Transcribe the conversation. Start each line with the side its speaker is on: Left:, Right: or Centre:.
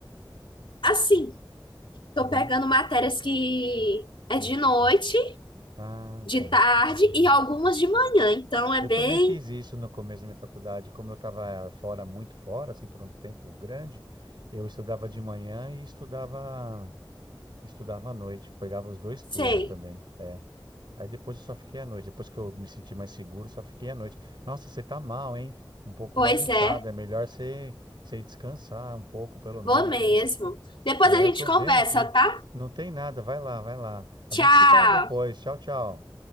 Left: Assim, tô
Right: Aham.
Left: pegando matérias que é de noite
Right: Ah,
Left: de
Right: tá.
Left: tarde e algumas de manhã, então é
Right: Eu
Left: bem
Right: também fiz isso no começo da minha faculdade. Como eu estava fora, muito fora, assim, por um tempo grande, eu estudava de manhã e estudava, estudava à noite. Pegava os dois turnos
Left: Sei.
Right: também. É. Aí depois eu só fiquei à noite. Depois que eu me senti mais seguro, só fiquei à noite. Nossa, você tá mal, hein? Um pouco
Left: Pois
Right: bagunçado.
Left: é,
Right: É melhor você, você ir descansar um pouco, pelo
Left: vou
Right: menos,
Left: mesmo.
Right: né?
Left: Depois
Right: É,
Left: a gente
Right: eu tô
Left: conversa,
Right: vendo aqui.
Left: tá?
Right: Não tem nada. Vai lá, vai lá. A
Left: Tchau!
Right: gente se fala depois. Tchau, tchau.